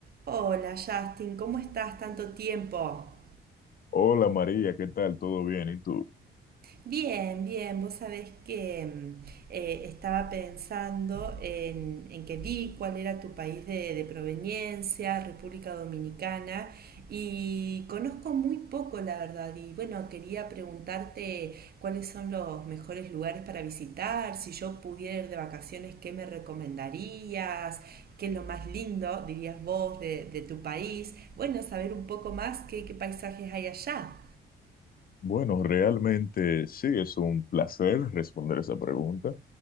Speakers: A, on the right (about 50°); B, on the left (about 45°).
A: Hola Justin, ¿cómo estás tanto tiempo?
B: Hola María, ¿qué tal? ¿Todo bien? ¿Y tú?
A: Bien, bien, vos sabés que mm, eh, estaba pensando en, en que vi cuál era tu país de, de proveniencia, República Dominicana, y conozco muy poco, la verdad, y bueno, quería preguntarte cuáles son los mejores lugares para visitar, si yo pudiera ir de vacaciones, ¿qué me recomendarías? ¿Qué es lo más lindo, dirías vos, de, de tu país? Bueno, saber un poco más qué, qué paisajes hay allá.
B: Bueno, realmente sí, es un placer responder esa pregunta.